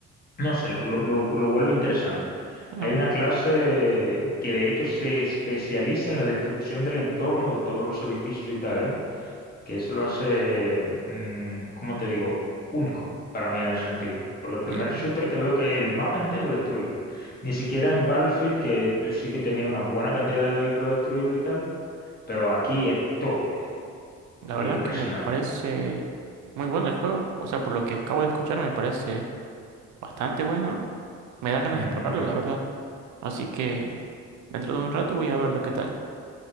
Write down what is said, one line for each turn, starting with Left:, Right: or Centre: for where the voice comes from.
Left: No sé, lo, lo, lo- lo vuelvo interesante.
Right: ah,
Left: Hay una clase que de hecho se especializa en la destrucción del entorno de todos los edificios y tal, ¿eh? Que eso lo hace, mm, ¿cómo te digo? Único para mí en ese sentido. Porque el primer
Right: l-
Left: shooter que veo que el mapa entero es destruible. Ni siquiera en Battlefield, que tú sí que tenías una buena cantidad de vehículos destruibles y tal, pero aquí es todo, viejo,
Right: la
Left: que
Right: verdad
Left: es impresionante.
Right: que me parece muy bueno el juego. O sea, por lo que acabo de escuchar, me parece bastante bueno. Me dan ganas
Left: Ujú,
Right: de probarlo,
Left: ujú.
Right: la verdad. Así que dentro de un rato voy a ver lo que tal.